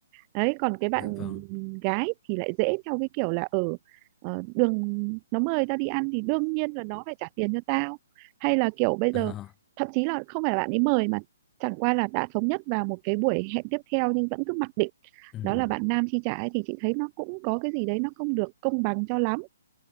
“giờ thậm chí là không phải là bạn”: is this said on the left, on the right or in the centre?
Right